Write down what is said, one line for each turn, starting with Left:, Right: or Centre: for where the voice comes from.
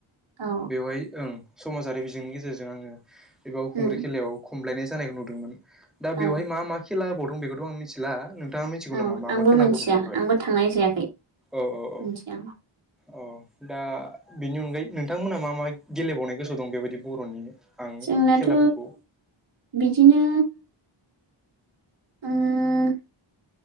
Right: औ
Centre: बेवहाय ओं। समाजारि बिजोंनि गेजेरजों आङो बे बावखुंग्रि
Right: उम
Centre: खेलायाव खमलायनाय जानायखौ नुदोंमोन। दा
Right: औ
Centre: बेवहाय मा मा खेला होबावदों बेखौथ' आं मिथिला नों थाङा मिथिगौ
Right: औ
Centre: नामा मा
Right: आंबो
Centre: मा खेला
Right: मोनथिया
Centre: होबावदोंमोन बेवहाय?
Right: आंबो थांनाय जायाखै
Centre: औ औ औ।
Right: मिथिया
Centre: अ दा बेनि अनगायै नोंथांमोना मा मा गेलेबावनाय गोसोयाव दं बेबायदि बर'नि आं
Right: जोंनाथ'
Centre: खेलाफोरखौ
Right: बिदिनो ओं